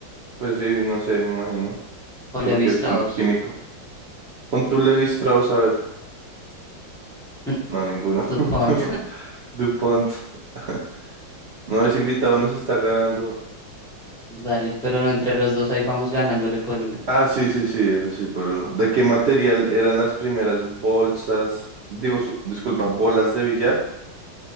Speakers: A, on the right; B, in the centre.
A: Pues sí, no sé, me imagino,
B: O Levi
A: porque
B: Strauss,
A: es un químico. Con tu Levi Strauss, a ver.
B: <laughs>
A: No, ninguno.
B: DuPont,
A: <laughs> DuPont. <laughs> No es invitado, no se está ganando.
B: <laughs> dale, pero no, entre los dos ahí vamos ganándole por una.
A: Ah, sí, sí, sí, eso sí, por uno. ¿De qué material eran las primeras bolsas? Digo, su- disculpa, bolas de billar.